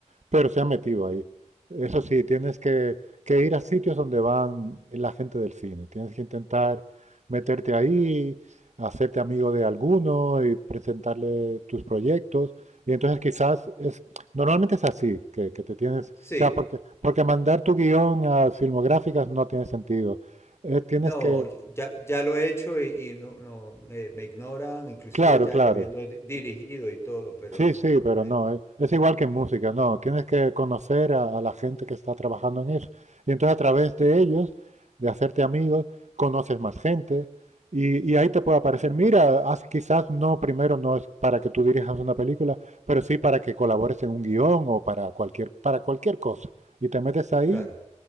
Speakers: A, on the right; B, on the left.
A: pero se han metido ahí. Eso sí, tienes que, que ir a sitios donde van la gente del cine. Tienes que intentar meterte ahí, hacerte amigo de alguno y presentarle tus proyectos. Y entonces quizás es, normalmente es así, que, que te tienes, o
B: sí.
A: sea, porque, porque mandar tu guión a filmográficas no tiene sentido. Eh, tienes
B: No,
A: que,
B: yo- ya, ya lo he hecho y, y no, no me, me ignoran, inclusive
A: claro,
B: ya
A: claro.
B: yo habiendo di- dirigido y todo, pero
A: Sí,
B: no,
A: sí,
B: no
A: pero
B: es,
A: no, es, es igual que en música, no, tienes que conocer a, a la gente que está trabajando en eso. Y entonces a través de ellos, de hacerte amigos, conoces más gente y, y ahí te puede aparecer, mira, haz- quizás no, primero no es para que tú dirijas una película, pero sí para que colabores en un guión o para cualquier, para cualquier cosa. Y te metes ahí
B: claro.